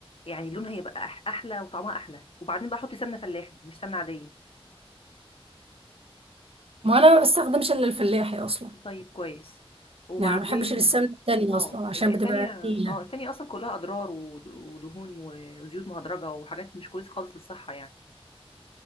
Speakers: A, on the left; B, on the right.
A: يعني لونها هيبقى أح- احلى وطعمها احلى وبعدين بقى حطي سمنه فلاحي مش سمنه عاديه
B: ما انا ما بستخدمش الا الفلاحي اصلا
A: طيب كويس وبعدين
B: يعني ما بحبش السمنة التانية
A: اه
B: اصلا عشان
A: لا التانية
B: بتبقى تقيلة
A: اه التانية اصلا كلها اضرار ود- ودهون وزيوت مهدرجه وحاجات مش كويسه خالص للصحه يعني